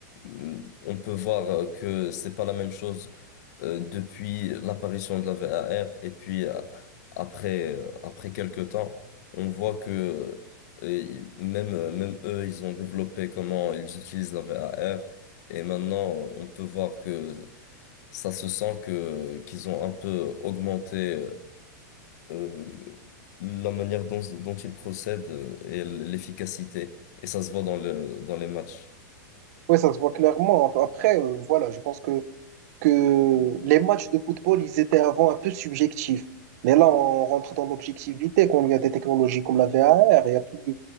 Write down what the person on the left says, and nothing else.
euh, on peut voir euh, que c'est pas la même chose euh, depuis l'apparition de la VAR et puis euh, après euh, après quelques temps on voit que euh, y- même euh, même eux ils ont développé comment ils utilisent la VAR et maintenant euh, on peut voir que ça se sent que qu'ils ont un peu augmenté euh, euh, la manière dont, dont il procède euh, et l- l'efficacité. Et ça se voit dans le, dans les matchs.